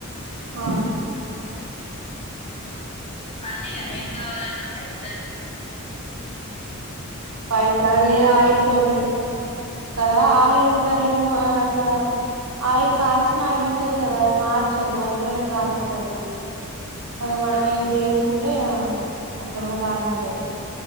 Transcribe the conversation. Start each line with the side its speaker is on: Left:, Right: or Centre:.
Right: ఆ
Left: అన్ని ఎం కావాలన్నా కూడా ఇంట్లనే <inaudible>
Right: బయట ఏ ఆయిలు తోని కదా ఆయిల్ ఇంకా రెండు మూ అట్లా ఆయిల్ కాల్చిన ఆయిలు ఉంటది కదా అది మార్చరు అందులోనే కాలుస్తరు అదే
Left: అవును
Right: మనమే ఇంట్ల చేస్ కుంటే అట్లా కూడా బానే ఉంటది